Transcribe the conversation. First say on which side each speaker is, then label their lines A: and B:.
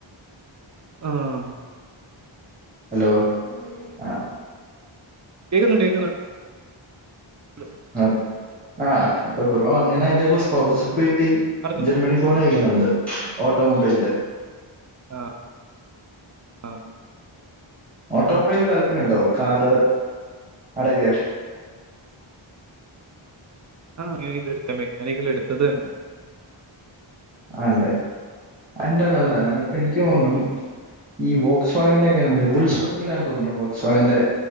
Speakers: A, on the right (about 35°); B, on the right (about 15°).
A: ആഹ്
B: ഹലോ ആഹ്
A: കേക്കുന്നുണ്ട് കേക്കുന്നുണ്ട് ലോ
B: ആ ആഹ് അപ്പൊ ബ്രോ അങ്ങനെ എന്തെങ്കിലും സ്കോളർഷിപ്പ് കിട്ടി
A: പറഞ്ഞു പറഞ്ഞു
B: ജർമനി പോണയക്കണണ്ട് ഓട്ടോമൊബൈലിൻ്റെ
A: അഹ് ആഹ്
B: ഓട്ടോമൊബൈലിൽ താല്പര്യുണ്ടോ? കാറ് അടക്കെ
A: ആഹ് ഇതെടുത്ത മെക്കാനിക്കൽ എടുത്തത് തന്നെ
B: ആല്ലേ അൻ്റ നല്ല ഇപ്പ എനിക്ക് ഒന്നും
A: ഉം.
B: ഈ വോക്സ് വാഗിന്റെ ഒക്കെ കബനി വുൾസ്ബർഗലാ തോന്ന്ണു വോക്സ് വാഗിന്റെ